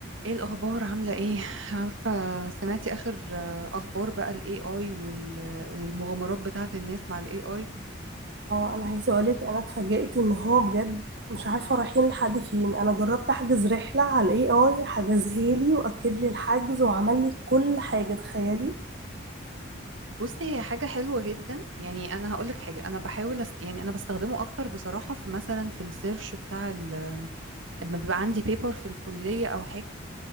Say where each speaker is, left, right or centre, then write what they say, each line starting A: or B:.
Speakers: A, on the right (about 75°); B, on the right (about 55°).
A: ايه الاخبار عامله ايه عارفه سمعتي اخر آه، اخبار بقى الاي اي والمغامرات بتاعه الناس مع الاي اي
B: اه انا عايزه اقولك انا اتفاجئت ان هو بجد مش عارفه رايحين لحد فين انا جربت احجز رحله على الاي اي حجزها لي واكد لي الحجز وعمل لي كل حاجه تخيلي
A: بصي هي حاجه حلوه جدا يعني انا هقول لك حاجه انا بحاول أس... يعني انا بستخدمه اكتر بصراحه في مثلا في السيرش بتاع ال... لما بيبقى عندي بيبر في الكليه او حاجه